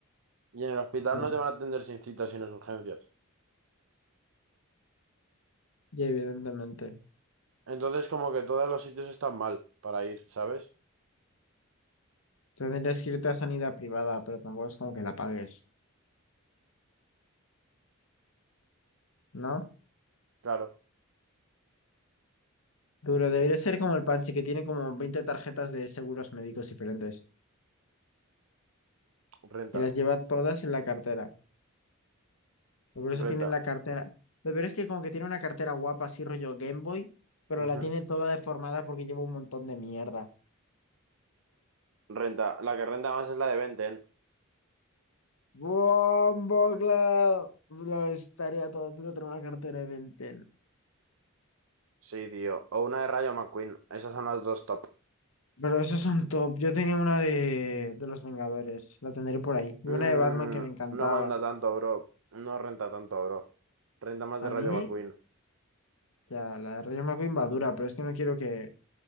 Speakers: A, on the right; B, on the left.
A: Y en el hospital
B: Ya,
A: no te van a atender sin cita si no es urgencias.
B: ya, evidentemente.
A: Entonces como que todos los sitios están mal para ir, ¿sabes?
B: Tendrías que irte a sanidad privada, pero tampoco es como que la pagues, ¿no?
A: Claro,
B: Duro, debería ser como el Pansy, que tiene como 20 tarjetas de seguros médicos diferentes.
A: renta,
B: Y las lleva todas en la cartera. Y por eso
A: renta.
B: tiene la cartera. Lo peor es que como que tiene una cartera guapa, así rollo Game Boy, pero
A: ujú,
B: la tiene toda deformada porque lleva un montón de mierda.
A: Renta. La que renta más es la de Benten.
B: Bumbleclad. Bro, estaría todo épico tener una cartera de Ben 10.
A: Sí, tío. O una de Rayo McQueen. Esas son las dos top.
B: Pero esos son top. Yo tenía una de, de los Vengadores, la tendré por ahí. Y
A: Mm,
B: una de Batman que me encantaba.
A: no manda tanto, bro. No renta tanto, bro. Renta más
B: A
A: de Rayo
B: mí,
A: McQueen.
B: ya, la de Rayo McQueen va dura, pero es que no quiero que.